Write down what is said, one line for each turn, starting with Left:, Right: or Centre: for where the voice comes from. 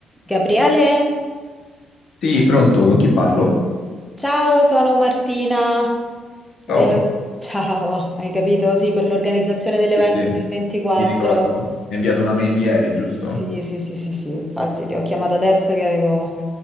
Centre: Gabriele,
Left: Sì, pronto, con chi parlo?
Centre: ciao, sono Martina dello-
Left: Ciao.
Centre: Ciao, hai capito? Sì, per l'organizzazione dell'evento
Left: Sì, sì,
Centre: del 24.
Left: mi ricordo. Mi hai inviato una mail ieri, giusto?
Centre: Sì, sì, sì, sì, sì, infatti ti ho chiamato adesso che avevo